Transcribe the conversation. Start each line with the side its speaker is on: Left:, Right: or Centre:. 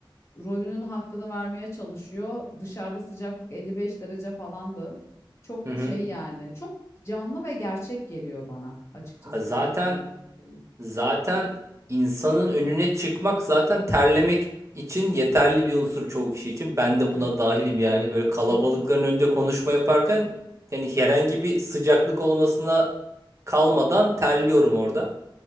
Left: rolünün hakkını vermeye çalışıyor. Dışarıda sıcaklık 55 derece falandı. Çok
Right: hı.
Left: şey yani çok canlı ve gerçek geliyor bana açıkçası
Right: Ha, Zaten
Left: tiyatronun şeyi.
Right: Zaten insanın önüne çıkmak zaten terlemek için yeterli bir unsur çoğu kişi için. Ben de
Left: Evet
Right: buna dahilim yani böyle kalabalıkların
Left: çok doğru
Right: önünde konuşma yaparken yani herhangi bir sıcaklık olmasına kalmadan terliyorum orada.